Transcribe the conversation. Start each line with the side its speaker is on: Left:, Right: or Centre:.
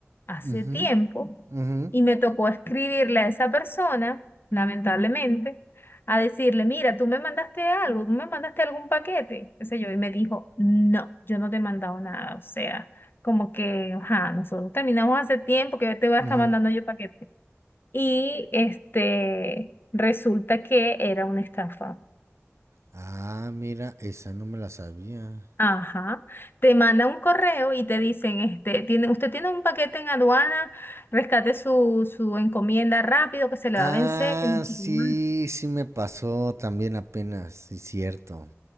Left: hace
Right: ujú,
Left: tiempo
Right: ujú,
Left: y me tocó escribirle a esa persona, lamentablemente, a decirle, mira, tú me mandaste algo, tú me mandaste algún paquete, qué sé yo, y me dijo, no, yo no te he mandado nada, o sea, como que, ajá, nosotros terminamos hace tiempo que te voy a
Right: ujú.
Left: estar mandando yo paquete. Y este, resulta que era una estafa.
Right: Ah, mira, esa no me la sabía.
Left: Ajá. Te manda un correo y te dicen, este, tiene, usted tiene un paquete en aduana, rescate su, su encomienda rápido que se le
Right: Ah,
Left: va a vencer. que no
Right: sí,
Left: sé qué más".
Right: sí me pasó también apenas, sí, cierto.